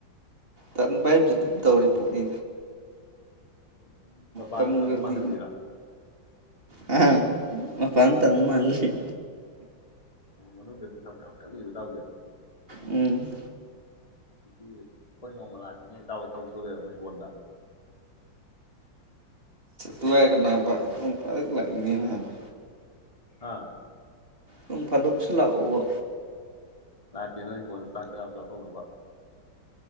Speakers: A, on the right (about 30°); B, on the left (about 15°).
A: ꯇꯟꯕꯥ ꯍꯥꯏꯖꯤ ꯑꯗꯨꯝ ꯇꯧꯔꯤ ꯄꯣꯠꯅꯤ꯫
B: <inaudible> ꯃꯄꯥꯟꯗ
A: ꯇꯟꯗꯔꯗꯤ
B: ꯇꯟꯕ ꯃꯥꯜꯍꯜꯂꯤꯔ
A: ꯍꯥ ꯃꯄꯥꯟ ꯗ ꯇꯟꯕ ꯃꯥꯜꯂꯥ ꯂꯩ꯫
B: ꯑꯣ ꯃꯅꯨꯡꯗꯗꯤ ꯊꯕꯛ ꯌꯥꯝ ꯀꯜꯂꯤꯕꯇꯥꯎꯖꯦ ꯫
A: ꯎꯝ꯫
B: ꯑꯗꯨꯗꯤ ꯑꯩꯈꯣꯏ ꯅꯣꯡꯃ ꯂꯥꯛꯀꯦꯅꯦ ꯏꯇꯥꯎ ꯊꯕꯛ ꯁꯨ ꯂꯩꯔꯃꯣ ꯍꯤꯡꯒꯣꯜꯗ꯫
A: ꯇꯨꯑꯥꯏ ꯀ ꯅꯕ ꯅꯣꯡꯃ ꯐꯖꯟ ꯂꯥꯛꯅꯤꯡꯏ ꯅꯕ
B: ꯑꯥ
A: ꯅꯣꯡ ꯐꯥꯗꯣꯛꯁꯨ ꯂꯥꯛꯑꯣꯕ
B: ꯂꯥꯛꯀꯦ ꯅꯣꯏ ꯍꯤꯡꯒꯣꯜꯗ ꯆꯥꯛ ꯆꯔꯥ ꯑꯃ ꯆꯥꯊꯣꯛꯎꯔꯕ